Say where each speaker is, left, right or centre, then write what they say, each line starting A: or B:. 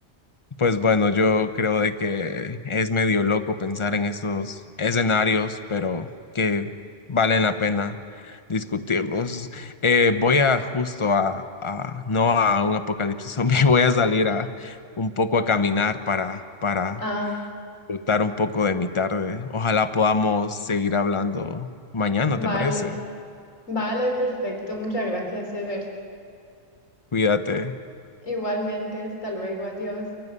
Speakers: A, on the left; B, on the left.
A: Pues bueno, yo creo de que es medio loco pensar en esos escenarios, pero que valen la pena discutirlos. Eh, voy a justo a, a- no a un apocalipsis zombie, <laughs> voy a salir a un poco a caminar para, para
B: Ah,
A: disfrutar un poco de mi tarde. Ojalá podamos seguir hablando mañana,
B: vale.
A: ¿te parece?
B: Vale, perfecto. Muchas gracias, Ever.
A: Cuídate.
B: Igualmente, hasta luego. Adiós.